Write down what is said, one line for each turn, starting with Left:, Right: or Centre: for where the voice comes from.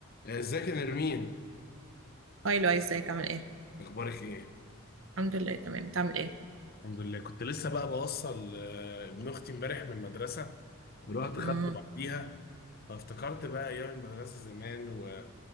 Left: ازيك يا نرمين
Right: هاي لو ازيك عامل ايه
Left: اخبارك ايه
Right: الحمد لله تمام بتعمل ايه
Left: الحمد لله كنت لسه بقى بوصل آه، ابن اختي امبارح من المدرسه ورحت
Right: مم.
Left: مم. خدته بعديها فافتكرت بقى ايام المدرسه زمان و...